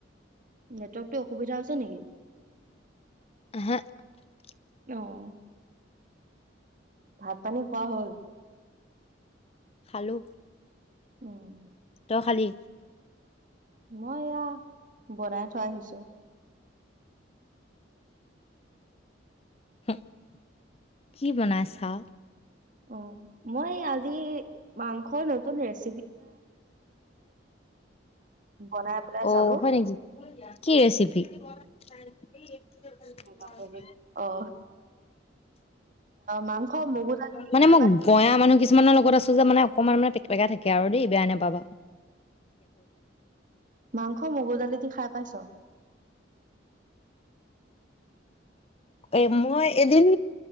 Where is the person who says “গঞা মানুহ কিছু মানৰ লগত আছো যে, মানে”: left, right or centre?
Left